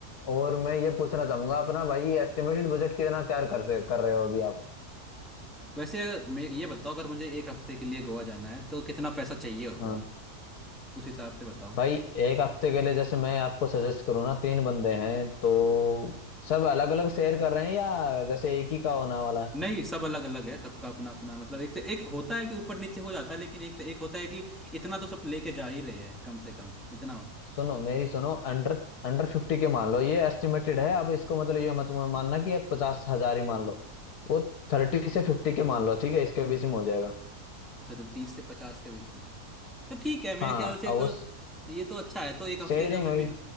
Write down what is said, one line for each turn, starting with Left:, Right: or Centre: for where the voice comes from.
Left: और मैं ये पूछना चाहूंगा अपना भाई एस्टिमेटेड बजट कितना तैयार कर से कर रहे हो अभी आप
Centre: वैसे मैं ये बताओ अगर मुझे एक हफ्ते के लिए गोवा जाना है तो कितना पैसा चाहिए होगा
Left: हाँ
Centre: उस हिसाब से बताओ
Left: भाई एक हफ्ते के लिए जैसे मैं आपको सजेस्ट करूँ ना तीन बंदे हैं तो सब अलग अलग शेयर कर रहे हैं या जैसे एक ही का होने वाला है
Centre: नहीं सब अलग अलग है सबका अपना अपना मतलब एक तो एक होता है कि ऊपर नीचे हो जाता है लेकिन एक तो एक होता है कि इतना तो सब लेके जा ही रहे हैं कम से कम इतना
Left: सुनो मेरी सुनो अंडर अंडर फिफ्टी के मान लो ये एस्टिमेटेड है आप इसको मतलब ये मत मानना कि आप पचास हजार ही मान लो वो थर्टी से फिफ्टी के मान लो ठीक है इसके बीच में हो जाएगा
Centre: अच्छा तो तीस से पचास के बीच में तो ठीक है मेरे
Left: हाँ
Centre: ख्याल से
Left: और वो
Centre: तो ये तो अच्छा है तो एक हफ्ते
Left: शेयरिंग
Centre: का मैं,
Left: में
Centre: मैं